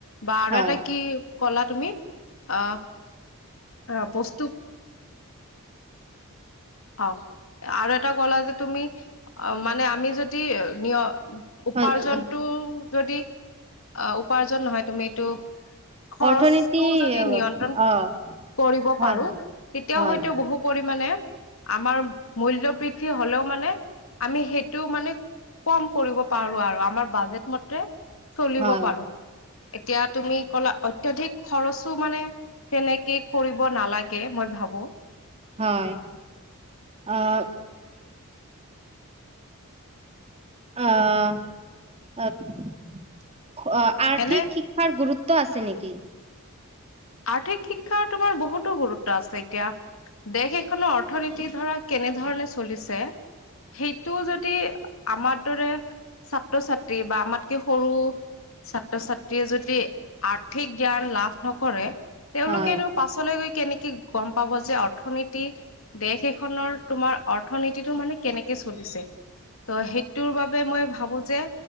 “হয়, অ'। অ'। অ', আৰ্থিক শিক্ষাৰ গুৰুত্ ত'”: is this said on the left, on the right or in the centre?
Right